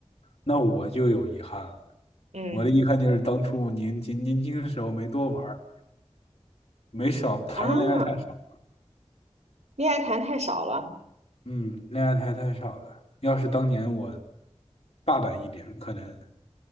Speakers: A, on the left (about 65°); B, on the right (about 85°).
A: 那我就有遗憾了。
B: 嗯
A: 我的遗憾就是当初年轻年轻的时候没多玩儿，没少谈的恋爱太少。
B: 啊，恋爱谈太少了。
A: 嗯，恋爱还太少了。要是当年我大胆一点，可能，